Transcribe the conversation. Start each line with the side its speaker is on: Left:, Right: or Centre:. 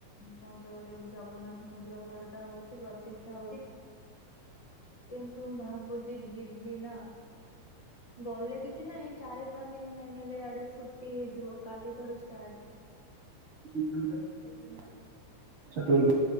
Left: କଣ ତ, ଗୋଟେ ଜଗନ୍ନାଥ ମନ୍ଦିର ବଡ଼ଟା ହଉଚି, ପ୍ରତିଷ୍ଠା ହଉଚି କିନ୍ତୁ ଭାବୁଚି ଯିବି ନା, ଗଲେ କିଛି ନାହିଁ, ଚାରି ପାଞ୍ଚ ଦିନ ମେନ ହେଲେ ଆଡ଼େ ଛୁଟି ହୋଇଯିବ କାଲି। ତରୁ ଷ୍ଟାର୍ଟ।
Right: ୟୁଟ୍ୟୁବ ରେ
Left: ଯିବି
Right: ଆଛା ଠିକ୍।